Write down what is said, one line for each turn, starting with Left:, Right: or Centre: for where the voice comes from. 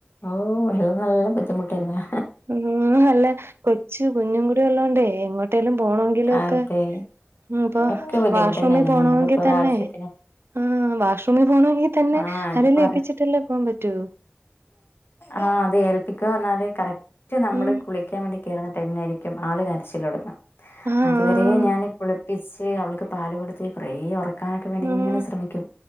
Left: ഓ എല്ലാം നല്ല ബുദ്ധിമുട്ടെന്ന്യാ
Right: ഉം അല്ല കൊച്ചു കുഞ്ഞുംകൂടി ഉള്ളോണ്ടേ എങ്ങോട്ടേലും പോണങ്കിലും
Left: അതെ
Right: ഒക്കെ ഉം പ്പൊ
Left: ഒക്കെ ബുദ്ധിമുട്ട്
Right: വാഷ്റൂമി
Left: തന്നെയാണ്
Right: പോണവെങ്കി
Left: നമുക്കിപ്പോ ഒരാവശ്യത്തിന്
Right: തന്നെ ഹ്മ് വാഷ്റൂമിൽ പോകണങ്കി തന്നെ
Left: ആഹ് ഇപ്പൊ
Right: അരേൽ
Left: പറ
Right: ഏൽപ്പിച്ട്ടല്ലേ പോവാൻ പറ്റു
Left: ആഹ് അത് ഏൽപ്പിക്ക അർഞ്ഞാല് കറക്റ്റ് നമ്മള്
Right: ഉം
Left: കുളിക്കാൻ വേണ്ടി കേർന്ന ടൈമ്ലായിരിക്കും ആള് കരച്ചിലൊട്ങ്ങ
Right: ആഹ്
Left: അതുവര ഞാൻ കുളി പ്പിച്ച് അവൾക്ക് പാല് കൊടുത്തി കൊറേ ഒറ ക്കാനൊക്കെ വേണ്ടി
Right: ആഹ്
Left: ഇങ്ങനെ ശ്രമിക്കും